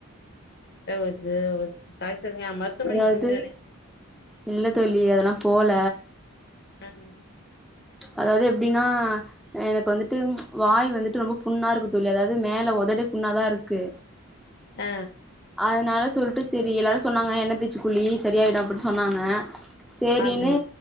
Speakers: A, on the left (about 50°); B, in the centre.
A: த வத்து வத் தாய் சொன்னியா மருத்துவமனைக்கு
B: அதாவது
A: போனீங்களா இல்லயா
B: இல்ல தோழி அதெல்லாம் போல
A: ம்
B: அதாவது எப்டின்னா எனக்கு வந்துட்டு வாய் வந்துட்டு ரொம்ப புண்ணா இருக்கு தோழி அதாவது மேல ஒதடு புண்ணாதான் இருக்கு
A: ஆ
B: அதனால சொல்ட்டு செரி எல்லாரும் சொன்னாங்க எண்ண தேச்சி குளி சரியாயிடும் அப்டி சொன்னாங்க சேரினு
A: ஆமா